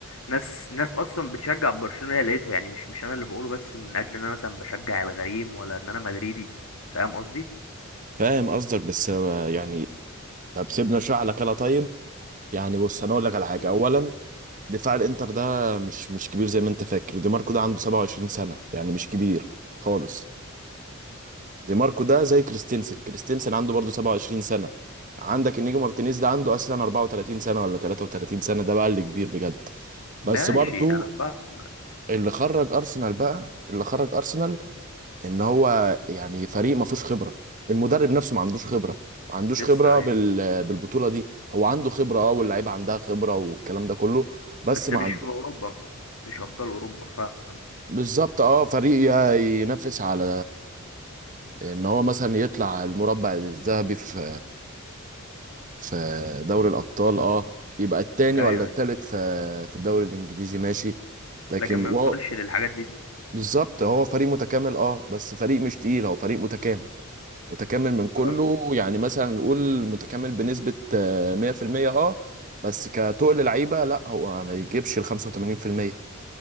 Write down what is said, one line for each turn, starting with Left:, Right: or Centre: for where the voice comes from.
Left: ناس ناس اصلا بتشجع برشلونه هي لقيته يعني مش مش انا اللي بقوله بس من اجل ان انا مثلا بشجع الغريم ولا ان انا مدريدي فاهم قصدي
Right: فاهم قصدك بس هو يعني طب سيبنا اشرح لك انا طيب يعني بص انا اقول لك على حاجه
Left: قول
Right: اولا دفاع الانتر ده مش مش كبير زي ما انت فاكر دي ماركو ده عنده 27 سنه يعني مش كبير خالص دي ماركو ده زي كريستنسن كريستنسن عنده برضه 27 سنه عندك انيجو مارتينيز ده عنده اصلا 34 سنه ولا 33 سنه ده بقى اللي كبير بجد بس
Left: ماشي
Right: برضه
Left: انا فاهم
Right: اللي خرج ارسنال بقى اللي خرج ارسنال ان هو يعني فريق ما فيهوش خبره المدرب نفسه ما عندوش خبره ما عندوش
Left: لسه
Right: خبره
Left: ايوه
Right: بال... بالبطوله دي هو عنده خبره اه واللعيبه عندها خبره والكلام ده كله بس
Left: بس
Right: ما
Left: مش
Right: عنده
Left: في اوروبا مش ابطال اوروبا فاهم
Right: بالظبط اه فريق ي- ينافس على ان هو مثلا يطلع المربع الذهبي في في دوري الابطال اه يبقى التاني
Left: ايوه
Right: ولا التالت
Left: أيوة.
Right: في في الدوري الانجليزي ماشي لكن
Left: لكن ما
Right: و...
Left: يوصلش للحاجات دي
Right: بالظبط هو فريق متكامل اه بس فريق مش تقيل هو فريق متكامل متكامل من كله
Left: فاهم
Right: يعني مثلا نقول متكامل بنسبة آه، 100% اه بس كتقل لعيبة لا هو ما يجيبش ال 85%